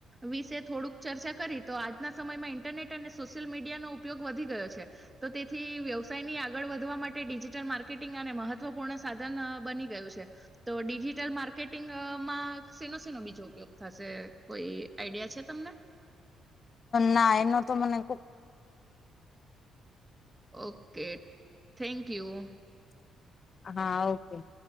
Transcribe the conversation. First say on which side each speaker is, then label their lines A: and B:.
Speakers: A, on the right; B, on the left.
A: વિશે થોડુંક ચર્ચા કરી તો આજના સમયમાં ઈન્ટરનેટ અને સોશિયલ મીડિયાનો ઉપયોગ વધી ગયો છે તો તેથી વ્યવસાયની આ આગળ વધવા માટે ડિજિટલ માર્કે માટિંગ આને મહત્વપૂર્ણ સાધન બની ગયું છે. તો ડિજિટલ માર્કેટિંગમાં સેનો સેનો બીજો ઉપયોગ થશે કોઈ આઈડિયા છે તમને
B: ના એનો તો મને કો
A: ઓકે થેન્ક યુ કયુ
B: હા ઓકે